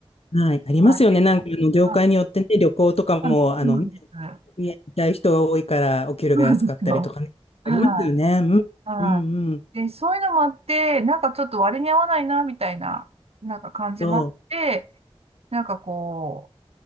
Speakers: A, on the left (about 70°); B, on the right (about 70°).
A: はい。ありますよね。
B: はい。
A: なんか、あの、業界によってね、
B: あ、
A: 旅行とかも、
B: そうなんです。
A: あのね、見たい人が多いから、お給料が安かったりとかね。
B: そうなんですよ。は
A: ありますよね。うん。
B: い。はい。
A: うんうん。
B: で、そういうのもあって、なんかちょっと割に合わないな、みたいな、なんか感じもあって、
A: そ
B: なんかこ